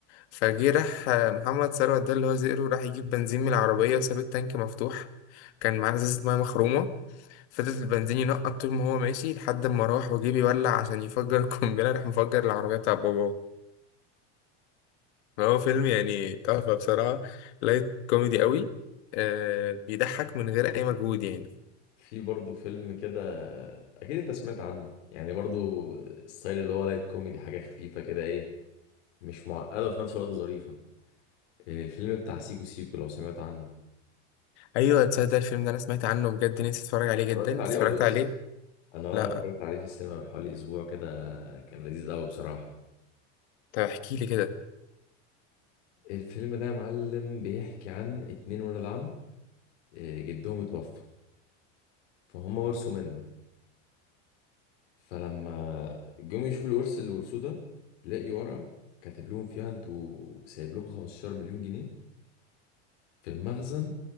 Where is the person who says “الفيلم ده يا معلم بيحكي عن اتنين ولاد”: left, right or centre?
Left